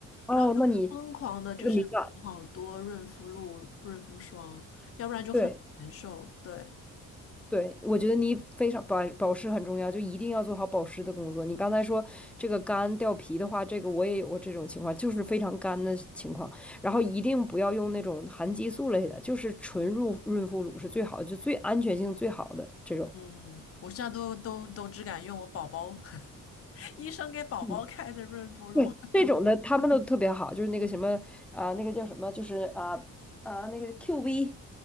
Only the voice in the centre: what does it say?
哦，
那你这个敏感，
对
对，我觉得你非常保保湿很重要，就一定要做好保湿的工作。你刚才说这个干掉皮的话，这个我也有过这种情况，就是非常干的情况。然后一定不要用那种含激素类的，就是纯乳润肤乳是最好的，就最安全性最好的这种。
嗯，对，
这种的他们都特别好，就是那个什么啊、那个叫什么，就是啊啊、那个 QV。